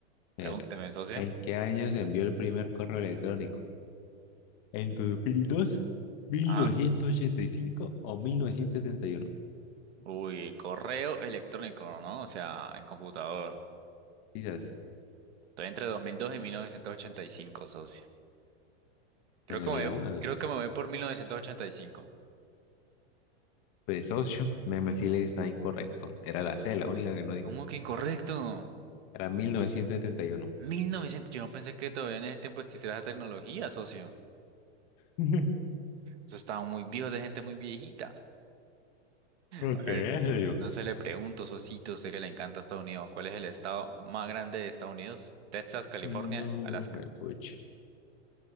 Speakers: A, on the left; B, on the right.
A: Mira,
B: Pregúnteme,
A: socio.
B: socio.
A: ¿En qué año se envió el primer correo electrónico? ¿En dos dos mil dos, mil
B: Ajá.
A: novecientos ochenta y cinco o mil novecientos setenta y uno
B: Uy, correo electrónico, ¿no? O sea, en computador.
A: Quizás.
B: Estoy entre 2002 y 1985, socio. Creo
A: Pues
B: que
A: elija
B: me
A: una,
B: voy,
A: socio.
B: creo que me voy por 1985.
A: Pues, socio, me me sí le está incorrecto. Era la C, la única que no dijo.
B: ¿Cómo que incorrecto?
A: Era mil novecientos setenta y uno
B: 1900, Yo no pensé que todavía en ese tiempo existiera esa tecnología, socio.
A: <laughs>
B: Eso estaba muy viejo, de gente muy viejita.
A: qué
B: A
A: Ok,
B: ver,
A: yo.
B: entonces le pregunto, Sosito, sé que le encanta Estados Unidos. ¿Cuál es el estado más grande de Estados Unidos? Texas, California,
A: No,
B: Alaska.
A: pucha.